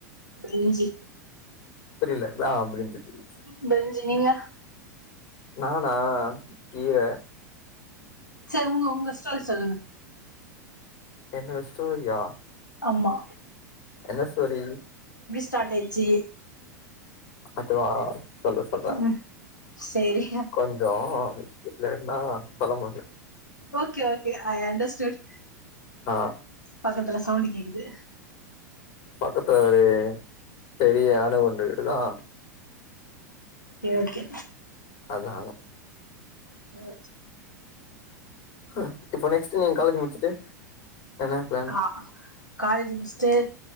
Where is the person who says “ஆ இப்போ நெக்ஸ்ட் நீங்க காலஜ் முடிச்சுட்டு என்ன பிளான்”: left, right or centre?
Left